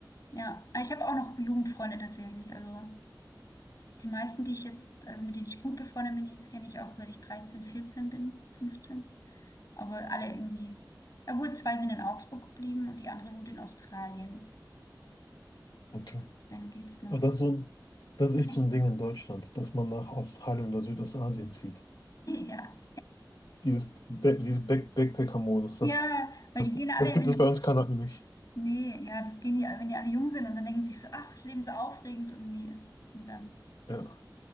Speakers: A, on the left; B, on the left.
A: Ja, aber ich habe auch noch Jugendfreunde tatsächlich. Also die meisten, die ich jetzt, also mit denen ich gut befreundet bin, die kenne ich auch seit ich 13, 14 bin, 15. Aber alle irgendwie, obwohl zwei sind in Augsburg geblieben und die andere wohnt in Australien.
B: okay.
A: Dann geht's noch.
B: Aber das ist so ein, das ist echt
A: <laughs>
B: so ein Ding in Deutschland, dass man nach Australien oder Südostasien zieht.
A: Ja.
B: Dieses, Ba- dieses Back Backpacker-Modus,
A: Ja,
B: das,
A: weil
B: das,
A: die gehen alle
B: das
A: in
B: gibt es bei uns Kanaken nicht.
A: Nee, ja, das gehen die, wenn die alle jung sind und dann denken sie sich so, ach, das Leben ist so aufregend irgendwie. Und dann
B: Ja,